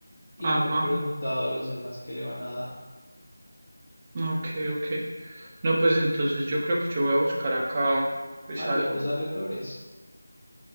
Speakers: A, on the left; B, on the right.
A: Y
B: Ajá,
A: no he preguntado a los demás qué le van a dar.
B: ok, ok. No, pues entonces yo creo que yo voy a buscar acá, pues
A: Ay,
B: algo.
A: podemos darle flores.